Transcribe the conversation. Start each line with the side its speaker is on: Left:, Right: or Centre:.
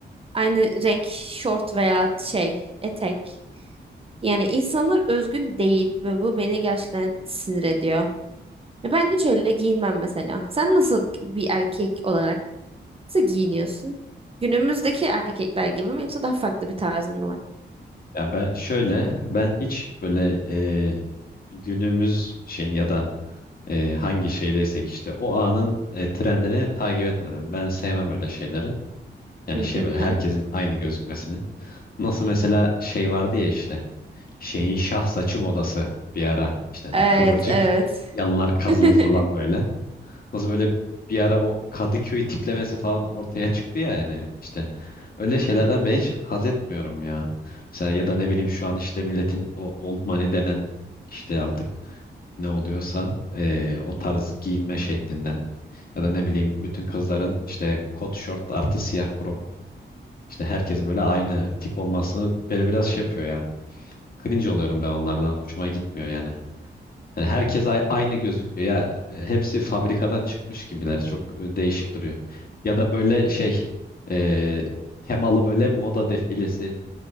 Right: Aynı renk şort veya şey, etek. Yani insanlar özgün değil ve bu beni gerçekten sinir ediyor. Ya Ben hiç öyle giyinmem mesela. Sen nasıl bir erkek olarak nasıl giyiniyorsun? Günümüzdeki erkekler gibi mi yoksa daha farklı bir tarzın mı var?
Left: Ya ben şöyle ben hiç böyle e, günümüz şey ya da e, hangi şeydeysek işte o anın e, trendini takip etmedim. Ben sevmem öyle şeyleri. Yani
Right: Hı
Left: şey
Right: hı.
Left: böyle herkesin aynı gözükmesini. Nasıl mesela şey vardı ya işte şeyin şah saçım odası bir ara. İşte hani
Right: Evet,
Left: kıvırcık
Right: evet.
Left: yanlar kazılı
Right: <laughs>
Left: falan böyle. Nasıl böyle bir ara o Kadıköy tiplemesi falan ortaya çıktı ya yani işte öyle şeylerden ben hiç haz etmiyorum ya. Mesela ya da ne bileyim şu an işte milletin o old money denen işte artık ne oluyorsa eee, o tarz giyinme şeklinden ya da ne bileyim bütün kızların işte kot şort artı siyah crop işte herkes böyle aynı tip olması beni biraz şey yapıyor ya. Cringe oluyorum ben onlardan. Hoşuma gitmiyor yani. Yani herkes ay- aynı gözüküyor. Ya e, hepsi fabrikadan çıkmış gibiler. Çok e, değişik duruyor. Ya da böyle şey e, temalı böyle moda defilesi